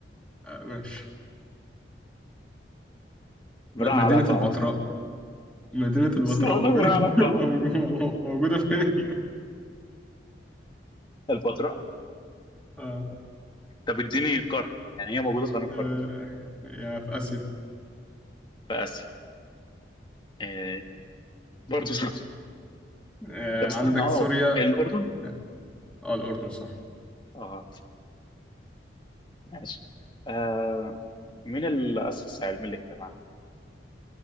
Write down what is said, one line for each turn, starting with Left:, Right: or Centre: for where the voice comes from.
Centre: آه، ماشي
Left: براح
Centre: م- مدينة
Left: عليك العواصم
Centre: البتراء مدينة البتراء
Left: بس بقول
Centre: موجودة
Left: لك بنعرف
Centre: <laughs> موجودة
Left: أهو.
Centre: موجودة فين؟
Left: البتراء
Centre: آه.
Left: طب اديني قارة يعني هي موجودة في أنهي
Centre: آه.
Left: قارة
Centre: يا في آسيا
Left: في آسيا إيه برضه صح
Centre: آه.
Left: طب استنى
Centre: عندك
Left: اه
Centre: سوريا
Left: الأردن
Centre: اه آه، الأردن صح
Left: اه ماشي آه مين اللي أسس علم الاجتماع